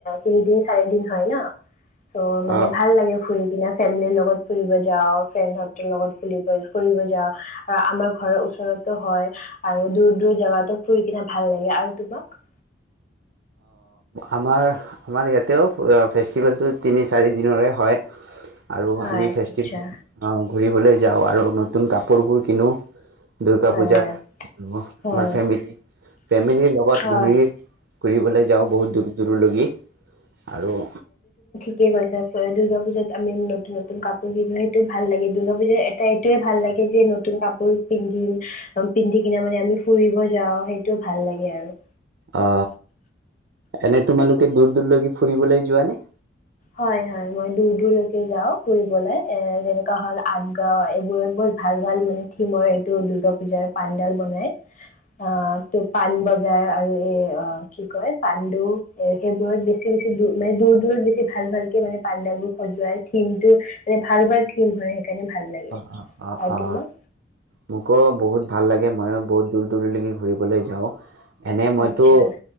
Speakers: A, on the left (about 40°); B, on the right (about 85°).
A: তিনি দিন চাৰি দিন হয় ন ত' মানে
B: অ
A: ভাল লাগে ফুৰি কিনা ফেমিলিৰ লগত ফুৰিব যাওঁ ফ্ৰেণ্ড সতৰ লগত ফ ফুৰিব যাও আৰু আমাৰ ঘৰৰ ওচৰতো হয় আৰু দূৰ দূৰ জাগাতো ফুৰি কিনে ভাল লাগে আৰু তোমাক
B: আমাৰ আমাৰ ইয়াতেও ফেষ্টিভেলটো তিনি চাৰি দিনৰে হয় আৰু
A: হয়
B: আমি ফেষ্টিভেল
A: আচ্ছা
B: ঘূৰিবলৈ যাওঁ আৰু নতুন কাপোৰবোৰ কিনো দুৰ্গা
A: হয়
B: পূজাত
A: হয়
B: আৰু
A: হয়
B: আমাৰ ফেমিলি ফেমিলিৰ লগত
A: হয়
B: ঘূৰি ফুৰিবলৈ য যাওঁ বহুত দূৰ দূৰলৈকি আৰু
A: কি কৈছে দূৰ্গা পুজাত আমি নতুন নতুন কাপোৰ কিনো সেইটো ভাল লাগে দূৰ্গা পুজাত এটা এইটোৱে ভাল লাগে যে নতুন কাপোৰ পিন্ধিম পিন্ধি কিনে মানে আমি ফুৰিব যাও সেইটো ভাল লাগে আৰু
B: অ এনে তোমালোকে দূৰ দূৰলৈকে ফুৰিবলৈ যোৱা নে
A: হয় হয় মই দূৰ দূৰলৈকে যাওঁ ফুৰিবলৈ এ যেনেকা হ'ল আগ্ৰা এইবোৰত বহুত ভাল ভাল মানে থিমৰ এইটো দুৰ্গা পুজাৰ পেণ্ডেল বনাই অ ত পানবজাৰ আৰু এ অ কি কয় পাণ্ডু এৰ সেইবোৰত বেছি বেছি দ মানে দূৰ দূৰত বেছি ভাল ভালকে মানে পাণ্ডাবোৰ সজুৱাই থিম টো মানে ভাল ভাল থিম হয় সেইকাৰণে ভাল লাগে
B: অ অ অ
A: আৰু
B: অ
A: তোমাক
B: মোকো বহুত ভাল লাগে মইয়ো বহুত দূৰ দূৰলৈকে ফূৰিবলৈ যাওঁ এনে মইতো
A: আচ্ছা